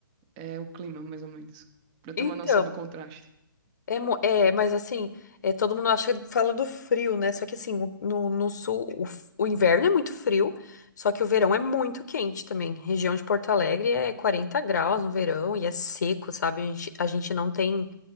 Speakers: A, on the right; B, on the left.
A: é o clima, mais ou menos? Pra eu
B: Então,
A: ter uma noção do contraste.
B: É, mu- é, mas assim, é, todo mundo acha, fala do frio, né? Só que assim, o- no, no sul, o, f- o inverno é muito frio, só que o verão é muito quente também. Região de Porto Alegre é 40 graus no verão e é seco, sabe? A gente, a gente não tem